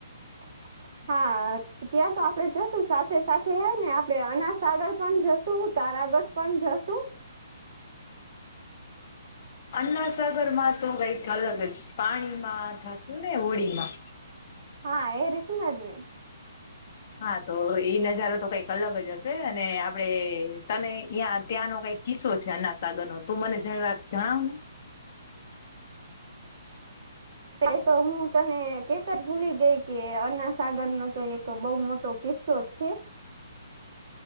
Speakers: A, on the right; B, on the left.
A: <inaudible> હા ત્યાં તો આપડે જશું સાથે સાથે હ ને આપણે અનાસાગર પણ જશું તારાગઢ પણ જશું
B: અન્નાસાગર માં તો કઈક અલગ જ પાણીમાં જશું ને હોળીમાં
A: હા એ રીત ના ને.
B: હા તો એ નજારો તો કઈક અલગ જ હશે અને આપડે તને અ્યાં ત્યાંનો કઈક કિસ્સો છે અન્નાસાગર નો તું મને જરાક જણાવ ને.
A: ત્યાં તો હું તને કેતા ભૂલી ગઈ કે અન્નાસાગર નો તો એક બઉ મોટો કિસ્સો છે.